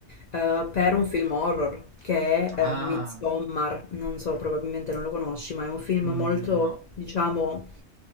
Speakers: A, on the left; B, on the right.
A: eh, per un film horror che è
B: Ah,
A: eh, Midsommar, non so, probabilmente non lo conosci, ma è un film
B: mm,
A: molto,
B: no,
A: diciamo,